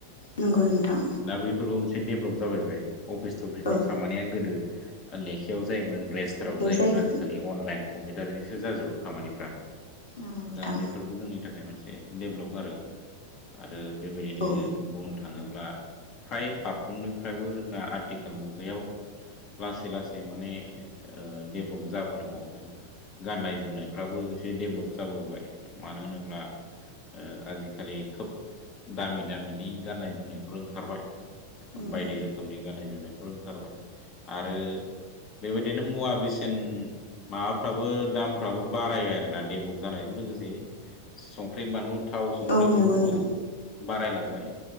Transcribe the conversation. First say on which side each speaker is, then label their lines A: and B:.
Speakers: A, on the left (about 60°); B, on the left (about 35°).
A: नंगौ नोंथां
B: दा बैफोरबो फिन देब्लब जाबोबाय अफिस थफिसनि
A: औ
B: खामानिया गोदो ओ लेखायाव जायोमोन रेस्टाराव
A: लेखायाव
B: जायोमोन
A: जायो
B: आजिखालि अनलाइन कम्पिउटारनिसो जाजोबो खामानिफ्रा।
A: नंगौ नोंथां
B: दा बेफोर बुहुमनि थाखाय मोनसे देब्लग आरो। आ रो बेबायदिनो
A: औ
B: बुंनो थाङोब्ला फ्राय फारफ्रोमनि बो ना आथिखाल मुगायाव। लासै लासै माने ओ देब्लग जाबोनो हमदों। गाननाय जोमनायफ्राबो एसे डेब्लप जाबोबाय मानो होनोब्ला ओ आजिखालि खोब दामि दामिनि गाननाय जोमनायफोर ओंखारबाय।
A: नंगौ
B: बायदि रोखोमनि गाननाय जोमनायफोर ओंखारबाय। आरो बेबायदिनो मुवा बेसेन माबाफ्राबो दामफ्राबो बारायबाय आरोना डेब्लग जानायजों लोगोसे संख्रि बानलु थाव संख्रि
A: औ नंगौ
B: बेफोरखौ
A: नोंथां
B: बारायलांबाय